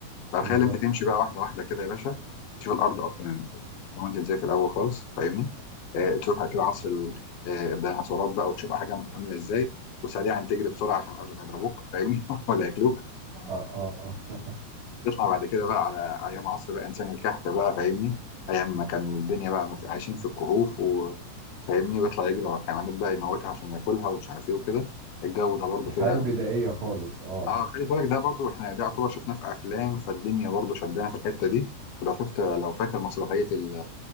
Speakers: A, on the left; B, on the right.
A: فتخيل
B: بالظبط
A: انت تمشي بقى واحده واحده كده يا باشا تشوف الارض اصلا وانت ازاي في الاول خالص فاهمني آه تشوف كده عصر ال- آه، الديناصورات بقى وتشوف حاجه عامله ازاي وسريعا تجري بسرعه عشان قبل ما يضربوك فاهمني <laughs> ولا ياكلوك
B: اه اه اه
A: يطلع بعد كده بقى على ايام عصر بقى انسان الكهف بقى فاهمني ايام ما كان الدنيا بقى مف- عايشين في الكهوف وفاهمني ويطلع يجري ورا الحيوانات بقى يموتها عشان ياكلها ومش عارف ايه وكده الجو ده
B: <laughs>
A: برضو
B: الحياة
A: كده
B: البدائية خالص اه
A: اه خلي بالك ده برضو احنا ده يعتبر شفناه في افلام فالدنيا برضو شدنا في الحته دي ولو شفت لو فاكر مسرحيه ال-